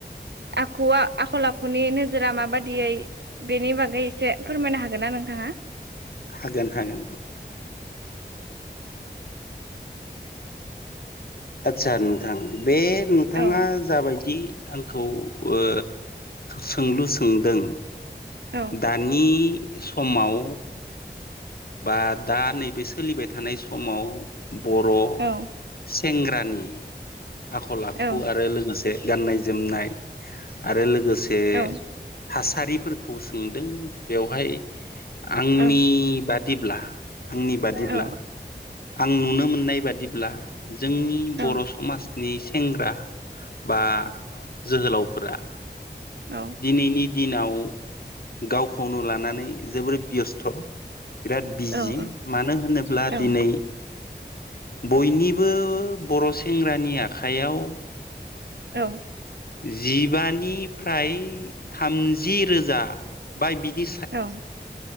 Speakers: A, on the right (about 75°); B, on the left (about 60°).
A: आखुआ आखल आखुनि नोजोरा माबादियै बेनि बागै एसे फोरमायनो हागोन ना नोंथाङा?
B: हागोन हागोन। आतसा नोंथां? बे नोंथाङा
A: औ
B: जाबायदि आंखौ ओ सोंलु सोंदों।
A: औ
B: दानि समाव बा दा नैबे सोलिबाय थानाय समाव बर'
A: औ
B: सेंग्रानि आखल आखु
A: औ
B: आरो लोगोसे गाननाय जोमनाय आरो लोगोसे
A: औ
B: थासारिफोरखौ सोंदों बेवहाय आंनि
A: औ
B: बादि ब्ला आंनि बादिब्ला
A: औ
B: आं नुनो मोननाय बादिब्ला जोंनि
A: औ
B: बर' समाजनि सेंग्रा बा जोहोलावफोरा
A: औ
B: दिनैनि दिनाव गावखौनो लानानै जोबोरै बेस्थ' बिराद बिजि
A: औ औ
B: मानो होनोब्ला
A: औ
B: दिनै बयनिबो बर' सेंग्रानि आखायाव
A: औ
B: जिबानिफ्राय थामजि रोजा बा बिदि
A: औ